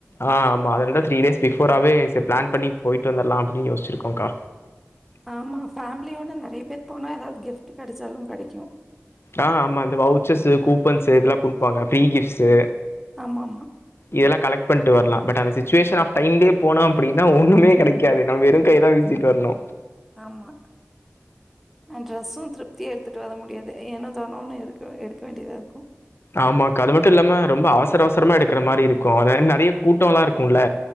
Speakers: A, on the left (about 55°); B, in the centre.
A: ஆ ஆமா அதனால த்ரீ டேஸ் பிஃபோராவே சே பிளான் பண்ணி போய்ட்டு வந்தர்லா அப்டின்னு யோசுச்சுருக்கோ கா
B: ஆமா ஃபேமிலியோட நெறைய பேர் போனா ஏதாவது கிஃப்ட் கெடைச்சாலு கெடைக்கு
A: ஆ ஆமா இந்த வவுச்சர்ஸ்ஸு கூப்பன்ஸ்ஸு இதுலா குடுப்பாங்க ஃபிரீ கிஃப்ட்ஸு
B: ஆமா ஆமா
A: இதெல்லா கலெக்ட் பண்ணிட்டு வர்லா பட் அந்த சிச்சுவேஷன் ஆஃப் டைம்லயே போனோ அப்டின்னா ஒன்னுமே கெடைக்காது நம் வெறு கைய தா வீஸ் சிட்டு வர்னு
B: ஆமா ட்ரெஸு திருப்தியா எடுத்துட்டு வர முடியாது ஏனோ தானோனு எடுக்க எடுக்க வேண்டியதா இருக்கு
A: ஆமாக்கா அது மட்டு இல்லாம ரொம்ப அவசர அவசரமா எடுக்கிற மாரி இருக்கு அத நெறைய கூட்டோ எல்லா இருக்குல்ல